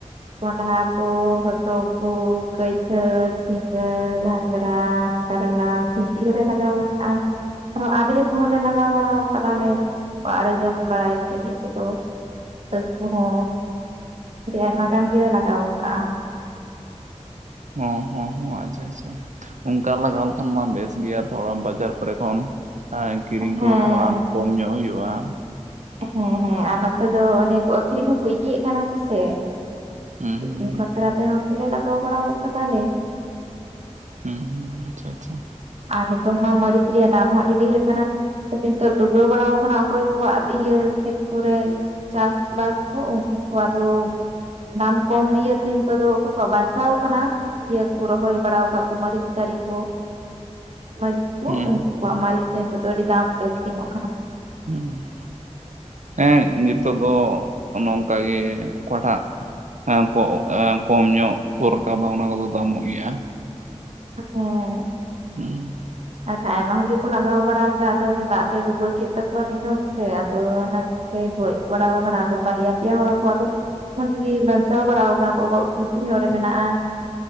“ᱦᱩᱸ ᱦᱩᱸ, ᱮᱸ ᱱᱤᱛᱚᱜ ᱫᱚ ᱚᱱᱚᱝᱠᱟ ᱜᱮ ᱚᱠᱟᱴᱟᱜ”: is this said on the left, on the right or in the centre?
Right